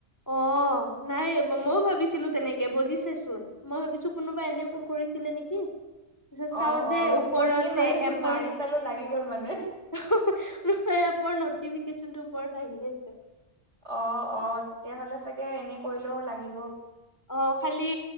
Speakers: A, on the left; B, on the right.
A: অ', নাই মই ভাবিছিলোঁ তেনেকে বজিছেচোন। মই ভাবিছোঁ কোনোবাই এনেই ফোন কৰিছিলে নেকি? তাৰপিছত চাও
B: অ
A: যে
B: অ
A: ওপৰতে
B: মই এনেই মাৰি
A: এই এপৰ
B: মাৰি চালো লাগি গ'ল মানে
A: নহয় এপৰ নটিফিকেশচনটো ওপৰত আহি আছে।
B: অ', অ', তেতিয়াহ'লে চাগে এনে কৰিলেও লাগিব।
A: অ', খালি